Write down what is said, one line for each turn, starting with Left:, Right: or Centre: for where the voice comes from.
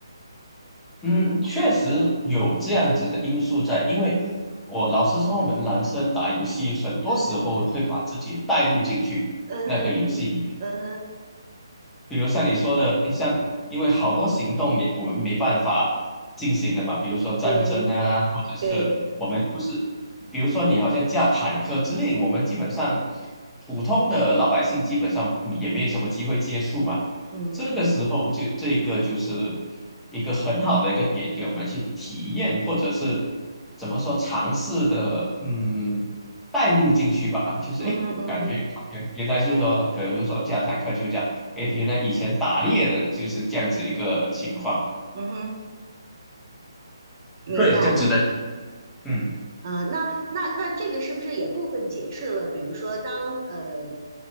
Centre: 哼嗯，确实有这样子的因素在，因为我老实说，我们男生打游戏很多时候会把自己带入进去那个游戏里面。
Right: 嗯哼，嗯哼，嗯哼，
Centre: 比如像你说的，像因为好多行动也我们没办法进行的嘛，比如说战争啊，
Right: 对。
Centre: 或者是我们不是，
Right: 对，
Centre: 比如说你好像驾坦克之类，我们基本上普通的老百姓基本上也没有什么机会接触嘛。
Right: 嗯
Centre: 这个时候就这个就是一个很好的一个点，给我们去体验或者是怎么说尝试的，嗯，带入进去吧，就是哎。
Right: 嗯哼嗯哼
Centre: 诶感觉原原来就是说，可能说驾坦克就这样。哎，原来以前打猎的就是这样子一个情况。
Right: 嗯哼，明白。
Centre: 会有这样子的，嗯
Right: 啊、那那那这个是不是也部分解释了？比如说当呃，